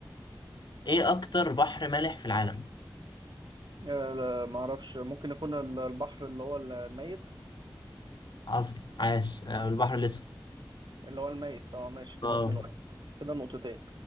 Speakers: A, on the left; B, on the right.
A: ايه اكتر بحر مالح في العالم
B: آه لا، معرفش ممكن يكون البحر اللي هو الميت
A: عظم عاش آه البحر الاسود
B: اللي هو الميت اه ماشي كده
A: اه
B: 2 1 كده نقطتين